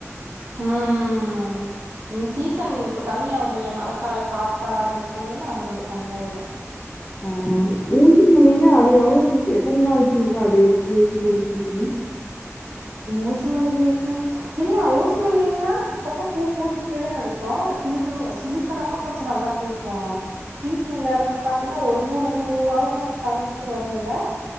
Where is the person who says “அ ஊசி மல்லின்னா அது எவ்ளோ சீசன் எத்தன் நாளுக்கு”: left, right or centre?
Left